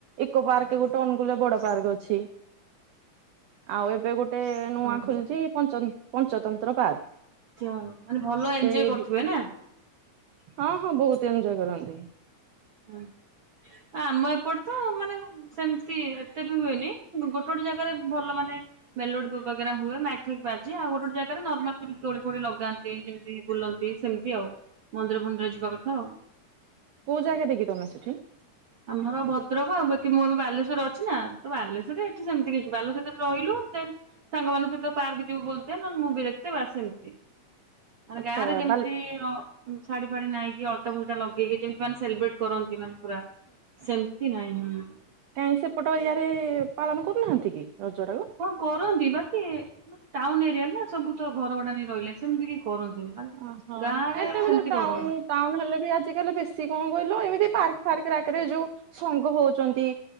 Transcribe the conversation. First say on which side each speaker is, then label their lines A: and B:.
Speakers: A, on the right; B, on the right.
A: ଇକୋ ପାର୍କ ଗୋଟେ ଅନୁକୂଳରେ ବଡ ପାର୍କ ଅଛି। ଆଉ ଏବେ ଗୋଟେ ନୂଆ
B: ଓହୋ।
A: ଖୋଲିଛି ପଞ୍ଚ ପଞ୍ଚତନ୍ତ୍ର ପାର୍କ
B: ମାନେ ଭଲ
A: ସେଇ
B: ଏନଞଜୟ କରୁଥିବେ
A: ଦି
B: ନା?
A: ହଁ ହଁ ବହୁତ ଏନଞଜୟ କରନ୍ତି।
B: ହ ଆମ ଏପଟେ ତ ମାନେ ସେମିତି ଏତେ ବି ହୁଏନି ଗୋଟେ ଗୋଟେ ଜାଗାରେ ଭଲ ମାନେ ମେଲୋଡି ବଗରା ହୁଏ ମାଇକି ଫାଇକି ବାଜେ ଆଉ ଗୋଟେ ଗୋଟେ ଜାଗାରେ ନମାଲତି ଦୋଳି ଫୋଳି ଲଗାନ୍ତି ଯେମିତି ବୁଲନ୍ତି ସେମିତି ଆଉ ମନ୍ଦିର ଭନ୍ଦିର ଯିବା କଥା ଆଉ।
A: କଉ ଜାଗାରେ କି ତମେ ସେଠି?
B: ଆମର ଭଦ୍ରକ ଆଉ ବାକି ମୁଁ ଏବେ ବାଲେଶ୍ଵର ଅଛି। ନା ତ ବାଲେଶ୍ଵରରେ ଏଠି ସେମିତି କିଛି ବାଲେଶ୍ଵର ରହିଲୁ ଦେନ ସାଙ୍ଗମାନାନଙ୍କ ସହିତ ପାର୍କ ଯିବୁ ବୋେ ନହେଲେ ମୁଁ ବି ଦେଖେ ବାସ ସେମିତି। ମାନେ
A: ଆଚ୍ଛା
B: ଗାଁରେ ଯେମିତି
A: ବାଲି
B: ଶାଢୀ ଫାଢି ନାଇଁକି ଅଳତା ଫଲଟା ଲଗେଇକି ଯେମିତି ମାନେ ସେଲିବ୍ରେଟ କରନ୍ତି ମାନେ ପୁରା ସେମତି ନାହିଁ।
A: କାଇ ସେପଟ ଏରିଆରେ ପାଳନ କରୁନାହାନ୍ତି କି ରଜଟାକୁ?
B: ହଁ କରନ୍ତି ବାକି ଟାଉନ ଏରିଆ ନା ସବୁ ତ ଘର ଭଡା ନେଇ ରହିଲେ ସେମିତି କି କରନ୍ତିନି
A: ଓହୋ
B: ଗାଁରେ
A: ଏଟା ବି
B: ସେମିତି
A: ତ ଟାଉନ
B: କରନ୍ତି।
A: ଟାଉନ ହେଲେ ବି ଆଜି କାଲି ବେଶୀ କଣ କହିଲ ଏମିତି ପାର୍କ ଫାର୍କ ଆଗରେ ଯୋଉ ସଙ୍ଗ ହଉଛନ୍ତି।